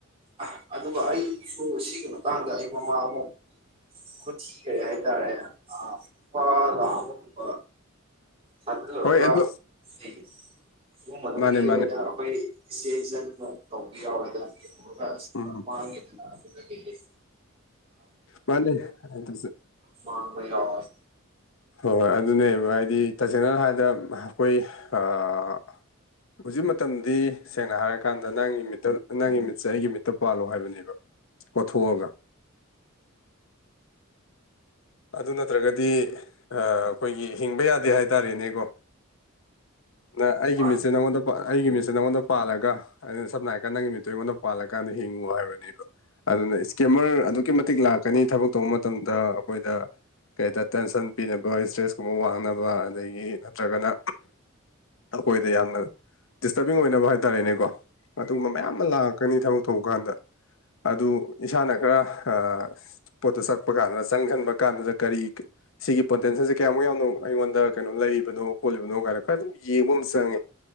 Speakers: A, on the right; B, on the left.
A: ꯑꯥ ꯑꯗꯨꯒ ꯑꯩꯁꯨ ꯁꯤꯒꯤ ꯃꯇꯥꯡꯗ ꯑꯩ ꯃꯃꯥꯡ ꯑꯃ ꯈꯨꯠꯊꯤꯒ꯭ꯔꯦ ꯍꯥꯏꯇꯥꯔꯦ ꯑꯥ ꯂꯨꯄꯥ ꯂꯥꯛ ꯑꯃꯥ ꯒꯨꯝꯕ ꯊꯥꯖꯜꯂꯨꯔꯒ
B: ꯍꯣꯏ ꯑꯗꯨ
A: ꯗꯤ ꯏꯃꯨꯡ ꯃꯅꯨꯡꯒꯤ
B: ꯃꯥꯅꯦ
A: ꯑꯣꯏꯅ
B: ꯃꯥꯅꯦ
A: ꯑꯩꯈꯣꯏ ꯏꯆꯦ ꯏꯆꯟ ꯗꯒ ꯇꯧꯕ ꯌꯥꯎꯔꯦꯗ ꯄꯨꯔꯒꯥ ꯑꯁ
B: ꯎꯝ
A: ꯃꯥꯡꯒꯤꯗꯟ <unintelligible>
B: ꯃꯥꯅꯦ ꯑꯗꯨꯁꯨ
A: ꯃꯥꯡꯕ ꯌꯥꯎꯌ‌ꯦ
B: ꯍꯣꯏ ꯍꯣꯏ ꯑꯗꯨꯅꯦꯕ ꯍꯥꯏꯗꯤ ꯇꯁꯦꯡꯅ ꯍꯥꯏꯗ ꯑꯩꯈꯣꯏ ꯑꯥ ꯍꯧꯖꯤꯛ ꯃꯇꯝꯗꯤ ꯁꯦꯡꯅ ꯍꯥꯏꯔꯀꯥꯟꯗ ꯅꯪꯒꯤ ꯃꯤꯠꯇ ꯅꯪꯒꯤ ꯃꯤꯠꯁꯦ ꯑꯩꯒꯤ ꯃꯤꯠꯇ ꯄꯥꯜꯂꯣ ꯍꯥꯏꯕꯅꯦꯕ ꯀꯣꯊꯣꯛꯑꯒ ꯑꯗꯨ ꯅꯠꯇ꯭ꯔꯒꯗꯤ ꯑꯥ ꯑꯩꯈꯣꯏꯒꯤ ꯍꯤꯡꯕ ꯌꯥꯗꯦ ꯍꯥꯏꯇꯥꯔꯦꯅꯦꯀꯣ ꯅꯪ ꯑꯩꯒꯤ
A: ꯃꯥꯅꯤ
B: ꯃꯤꯠꯁꯦ ꯅꯉꯣꯟꯗ ꯄꯥ ꯑꯩꯒꯤ ꯃꯤꯠꯁꯦ ꯅꯪꯉꯣꯟꯗ ꯄꯥꯜꯂꯒ ꯑꯩꯅ ꯁꯝꯅ ꯍꯥꯏꯀꯥꯟꯗ ꯅꯪꯒꯤ ꯃꯤꯠꯇꯣ ꯑꯩꯉꯣꯟꯗ ꯄꯥꯜꯂꯀꯥꯟꯗ ꯍꯤꯡꯉꯨ ꯍꯥꯏꯕꯅꯦꯕ ꯑꯗꯨꯅ ꯏꯁꯀꯦꯃꯔ ꯑꯗꯨꯛꯀꯤ ꯃꯇꯤꯛ ꯂꯥꯛꯀꯅꯤ ꯊꯕꯛ ꯇꯧꯕ ꯃꯇꯝꯗ ꯑꯈꯣꯏꯗ ꯀꯩ ꯍꯥꯏꯇꯥ ꯇꯦꯟꯁꯟ ꯄꯤꯅꯕ ꯏꯁꯇ꯭ꯔꯦꯁ ꯀꯨꯝꯕ ꯋꯥꯡꯅꯕ ꯑꯗꯒꯤ ꯅꯠꯇ꯭ꯔꯒꯅ ꯑꯈꯣꯏꯗ ꯌꯥꯝꯅ ꯗꯤꯁꯇꯕꯤꯡ ꯑꯣꯏꯅꯕ ꯍꯥꯏꯇꯥꯔꯦꯅꯦꯀꯣ ꯑꯗꯨꯒꯨꯝꯕ ꯃꯌꯥꯝ ꯑꯃ ꯂꯥꯛꯀꯅꯤ ꯊꯕꯛ ꯇꯧ ꯀꯥꯟꯗ ꯑꯗꯨ ꯏꯁꯥꯅ ꯈꯔ ꯑꯥ ꯄꯣꯠꯇꯨ ꯆꯛꯄ ꯀꯥꯟꯗ ꯆꯪꯖꯟꯕ ꯀꯥꯟꯗꯨꯗ ꯀꯔꯤ ꯁꯤꯒꯤ ꯄꯣꯇꯦꯟꯁꯦꯜꯁꯦ ꯀꯌꯥꯃꯨꯛ ꯌꯥꯝꯅꯣ ꯑꯩꯉꯣꯟꯗ ꯀꯩꯅꯣ ꯂꯩꯔꯤꯕꯅꯣ ꯈꯣꯠꯂꯤꯕꯅꯣ ꯀꯥꯏꯅ ꯈꯔ ꯑꯗꯨꯝ ꯌꯦꯡꯕ ꯑꯃ ꯆꯪꯉꯦ